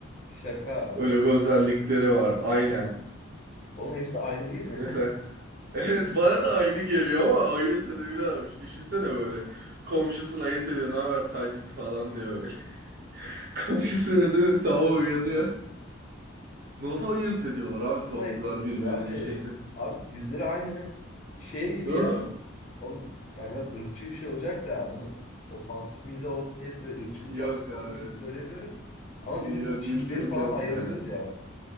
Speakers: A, on the left; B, on the right.
A: Şaka.
B: Öyle bir özellikleri var. Aynen.
A: Oğlum hepsi aynı değil mi?
B: Mesela evet bana da aynı geliyor ama ayırt edebiliyorlarmış. Düşünsene böyle. Komşusunu ayırt ediyor. Ne haber tacit falan diyor böyle. <laughs> Komşusuna değil mi? Sabah uyanıyor. Nasıl ayırt ediyorlar
A: <laughs>
B: abi
A: Nasıl
B: tavuklar
A: ayırt edilebilir
B: birbirinin
A: abi?
B: şeyini.
A: Abi yüzleri aynı. Şey gibi
B: Değil
A: ya.
B: mi?
A: Oğlum ya biraz ırkçı bir şey olacak da bunu ofansif mizah olsun diye söyle, ırkçılık
B: Yok
A: yapmak
B: abi.
A: olmak için söylemiyorum.
B: s-
A: Ama biz mesela
B: Yok
A: Çinlileri
B: ırkçılık
A: falan
B: yapma
A: da ayıramıyoruz
B: ya.
A: ya.